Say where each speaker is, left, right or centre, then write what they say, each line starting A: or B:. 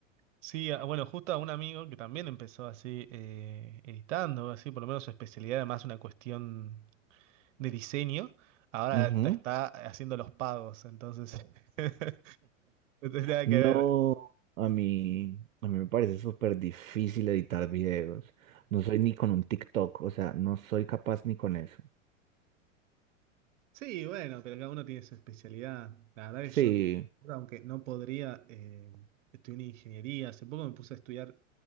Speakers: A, on the right; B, on the right.
A: Sí, ah, bueno, justo a un amigo que también empezó así eh, editando, así por lo menos su especialidad, además una cuestión de diseño, ahora
B: Ujú.
A: está, está haciendo los pagos, entonces <laughs> no tiene nada
B: No,
A: que ver.
B: a mí, a mí me parece súper difícil editar videos. No soy ni con un TikTok, o sea, no soy capaz ni con eso.
A: Sí, bueno, pero cada uno tiene su especialidad. La verdad
B: Sí,
A: que yo, aunque no podría, eh, estudié en ingeniería. Hace poco me puse a estudiar